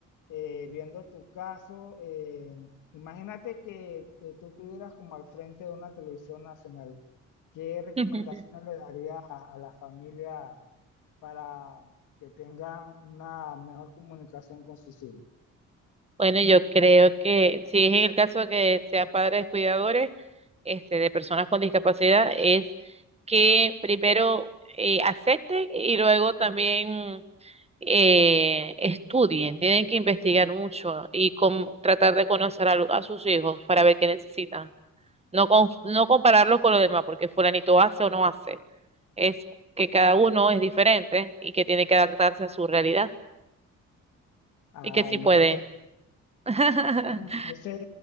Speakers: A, on the left (about 90°); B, on the right (about 20°).
A: eh, viendo tu caso, eh, imagínate que eh, tú estuvieras como al frente de una televisión nacional. ¿Qué recomendaciones
B: <laughs>
A: le darías a, a la familia para que tengan una mejor comunicación con sus hijos?
B: Bueno, yo creo que si es en el caso de que sean padres cuidadores, este, de personas con discapacidad, es que primero eh, acepten y luego también eh, estudien. Tienen que investigar mucho y con- tratar de conocer a, lo- a sus hijos para ver qué necesitan. No, con- no compararlos con los demás, porque fulanito hace o no hace. Es que cada uno es diferente y que tiene que adaptarse a su realidad
A: Ah,
B: y que sí
A: listo.
B: puede. <laughs>
A: Ah, bueno, entonces